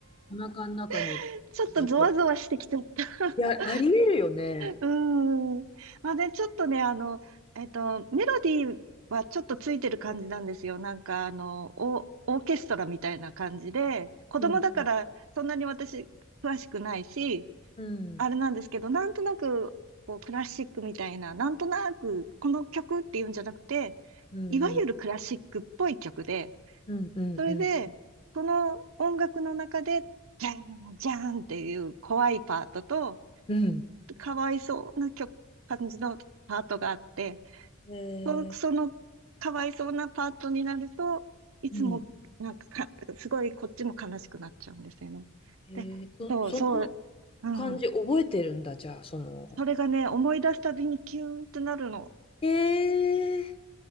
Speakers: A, on the left; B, on the right.
A: お腹の中に自分、
B: <laughs> ちょっとゾワゾワしてきちゃった。<laughs>
A: いや、ありえるよね。
B: うん。まあね、ちょっとね、あの、えっと、メロディーはちょっとついてる感じなんですよ。なんか、あの、オオーケストラみたいな感じで、子供だからそんなに私詳しくないし、
A: うん、うん、
B: あれなんですけど、なんとなく、こう、クラシックみたいな、なんとなく、この曲っていうんじゃなくて、
A: うん、
B: いわゆるクラシックっぽい曲で、
A: うん、うん、うん、
B: それで、
A: うん、
B: その音楽の中で、じゃん、じゃんっていう怖いパートと、
A: うん。
B: かわいそうな曲、感じのパートがあって、
A: え
B: そ、そのかわいそうなパートになると、
A: ー、
B: いつも、
A: うん。
B: なんかか、すごいこっちも悲しくなっちゃうんですよね。
A: えー、
B: で、
A: そ、
B: そう、
A: その
B: そう、うん。
A: 感じ覚えてるんだ、じゃあ、その。
B: それがね、思い出すたびにキューンってなるの。
A: えー、